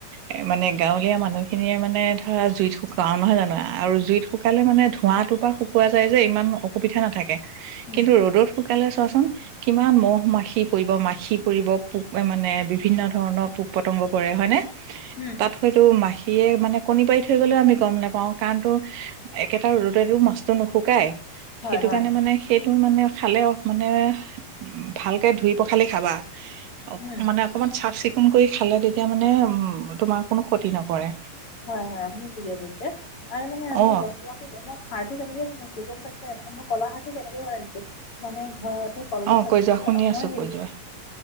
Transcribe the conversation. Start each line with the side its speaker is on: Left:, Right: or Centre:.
Right: এ মানে গাঁৱলীয়া মানুহখিনিয়ে মানে ধৰা জুইত শুকুৱাও নহয় জানো আৰু। আৰু জুইত শুকালে মানে ধোঁৱাত। তোৰাপা শুকোৱা যায় যে ইমান। সুবিধা নাথাকে
Left: উম
Right: কিন্তু ৰ'দত শুকালে। চোৱাচোন কিমান মহ, মাখি পৰিব মাখি কৰিব পোক মানে। বিভিন্ন ধৰণৰ পোক-পতংগ পৰে হয়নে।
Left: উম
Right: তাত হয়তো মাখিয়ে। মানে কণী পাৰি থৈ গ'লেও আমি গম নাপাওঁ কাৰণ তো একেটা ৰ'দতো মাছটো নুশুকাই।
Left: হয়
Right: সেইটো
Left: হয়
Right: কাৰণে মানে সেইটো মানে। খালেও মানে উ ভালকে ধুই পখালি খাবা। অ
Left: উম
Right: মানে। অকমান চাফ চিকুণ কৰি খালে তেতিয়া মানে উ তোমাৰ কোনো ক্ষতি নপৰে।
Left: হয় হয় আপুনি ঠিকে কৈছে আৰু মানে
Right: অ
Left: মই বচোৱাটো মই সাৰো কেনেকে বনাব। মই কলাখাৰ তেনেকে বনাইছো মানে ঘৰত। কলগছ
Right: অ কৈ
Left: আছিল
Right: যোৱা শুনি আছো
Left: মই হে
Right: কৈ যোৱা